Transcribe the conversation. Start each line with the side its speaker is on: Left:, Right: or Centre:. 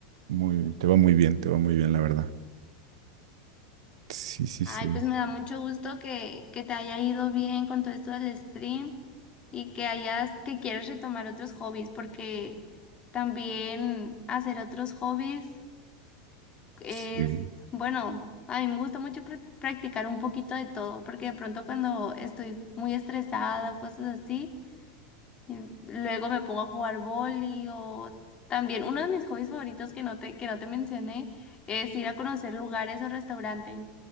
Right: muy, te va muy bien, te va muy bien, la verdad. Sí, sí,
Left: Ay,
Right: sí,
Left: pues me da mucho gusto que, que te haya ido bien con todo esto del stream y que hayas, que quieres retomar otros hobbies, porque también hacer otros hobbies es,
Right: sí.
Left: bueno, a mí me gusta mucho prac- practicar un poquito de todo, porque de pronto cuando estoy muy estresada o cosas así, Eh, Luego me pongo a jugar vóley o también uno de mis hobbies favoritos que no te, que no te mencioné es ir a conocer lugares o restaurantes.